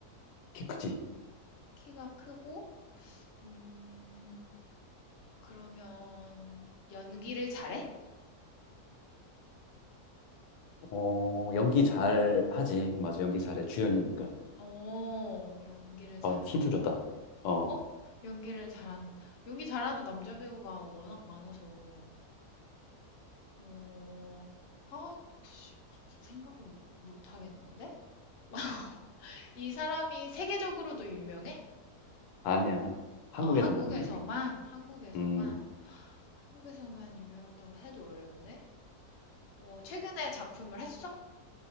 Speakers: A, on the left; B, on the left.
A: 키 크지.
B: 키가 크고, 음, 그러면 연기를 잘해?
A: 어, 연기 잘 하지. 맞아, 연기 잘해. 주연이니까.
B: 어, 연기를 잘한다.
A: 어, 힌트 줬다. 어,
B: 어? 연기를 잘한, 연기 잘하는 남자 배우가 워낙 많아서, 어, 아, 씨, 생각을 못, 못 하겠는데? <laughs> 이 사람이 세계적으로도 유명해?
A: 아니야. 한국에서만
B: 아, 한국에서만,
A: 유명해.
B: 한국에서만,
A: 음,
B: 한국에서만 유명하다고 해도 어려운데? 어, 최근에 작품을 했어?